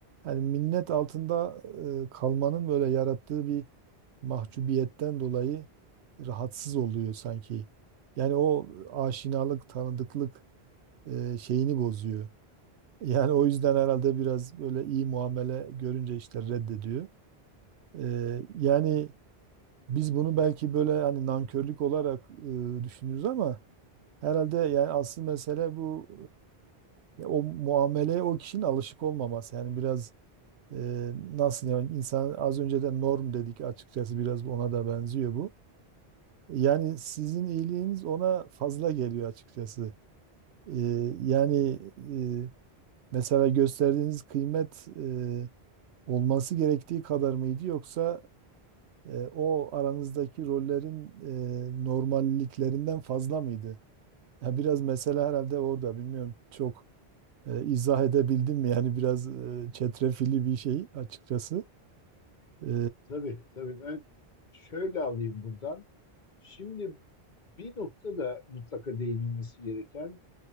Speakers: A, on the right; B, on the left.
A: yani minnet altında e, kalmanın böyle yarattığı bir mahcubiyetten dolayı rahatsız oluyor sanki. Yani o aşinalık, tanıdıklık e, şeyini bozuyor. <laughs> Yani o yüzden herhalde biraz böyle iyi muamele görünce işte reddediyor. E, yani biz bunu belki böyle hani nankörlük olarak e, düşünürüz ama Herhalde yani asıl mesele bu e, ya o muameleye o kişinin alışık olmaması. Yani biraz e, nasıl yani insan az önce de norm dedik açıkçası biraz ona da benziyor bu. Yani sizin iyiliğiniz ona fazla geliyor açıkçası. E, yani e, mesela gösterdiğiniz kıymet e, olması gerektiği kadar mıydı yoksa e, o aranızdaki rollerin e, normalliklerinden fazla mıydı? Ya biraz mesele herhalde orada bilmiyorum çok. E, izah edebildim mi? Yani biraz e, çetrefilli bir şey açıkçası. E,
B: Tabii tabii ben şöyle alayım buradan. Şimdi bir noktada mutlaka değinilmesi gereken